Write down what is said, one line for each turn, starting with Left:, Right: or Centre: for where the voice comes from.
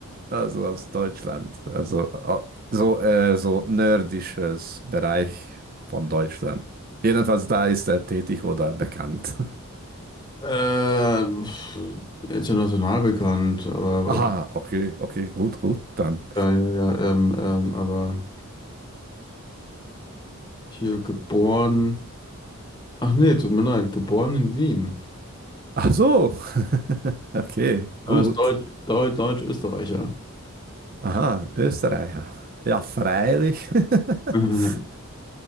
Right: also aus Deutschland. Also au- so, äh, so nördisches Bereich von Deutschland. Jedenfalls da ist er tätig oder bekannt.
Left: Äh, pf, international bekannt, aber,
Right: <laughs> Aha,
Left: aber
Right: okay, okay, gut, gut, dann.
Left: ja, ja, ja, ähm, ähm, aber hier geboren. Ach nee, tut mir leid, geboren in Wien.
Right: Ach so, <laughs> okay,
Left: Aber
Right: gut.
Left: ist Deutsch, Deutsch, Deutsch-Österreicher.
Right: Aha, Österreicher. Ja, freilich. <laughs>
Left: <laughs>